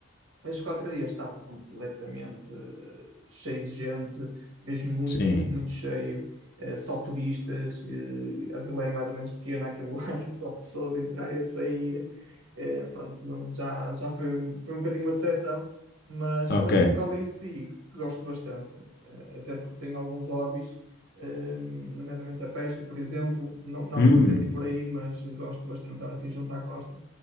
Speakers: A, on the right; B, on the left.
A: estes quatro dias estava completamente eh, cheio de gente, mesmo muito,
B: Sim,
A: muito, muito cheio, eh, só turistas. eh, a vila é mais ou menos pequena, aquilo <laughs> era só pessoas a entrar e a sair. eh, pronto, não, já, já foi, um- foi um bocadinho uma decepção, mas,
B: ok.
A: mas o local em si gosto bastante, eh, até porque tenho alguns hobbies, eh, nomeadamente a pesca, por exemplo. Não, não
B: Hum,
A: querendo ir por aí, mas gosto bastante de estar assim junto à costa